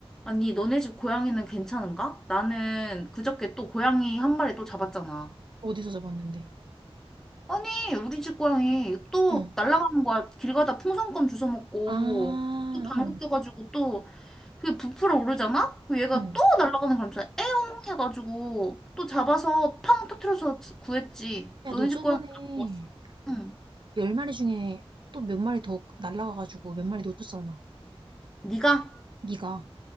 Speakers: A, in the centre; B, on the right.
A: 아니, 너네 집 고양이는 괜찮은가? 나는 그저께 또 고양이 한 마리 또 잡았잖아.
B: 어디서 잡았는데?
A: 아니, 우리 집 고양이 또
B: 어.
A: 날아가는 거야. 길 가다 풍선껌 주워 먹고
B: 아, 어,
A: 또 방귀 껴가지고 또 그게 부풀어 오르잖아? 그럼 얘가
B: 어.
A: 또 날아가는 거면서 에용 해가지고 또 잡아서 팡 터트려서 구했지.
B: 야,
A: 너네
B: 너 저번에
A: 집 고양이 안 구웠어? 응.
B: 열 마리 중에 또 몇 마리 더 날라가가지고 몇 마리 놓쳤잖아.
A: 네가?
B: 네가.